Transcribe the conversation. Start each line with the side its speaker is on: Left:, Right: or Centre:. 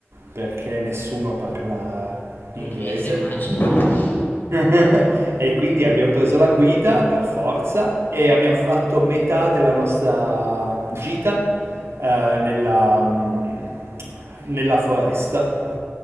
Right: perché nessuno parla inglese
Left: Inglese immagino. <laughs>
Right: <laughs> E quindi abbiam preso la guida per forza e abbiam fatto metà della nostra gita, ehm, nella mhmm, nella foresta.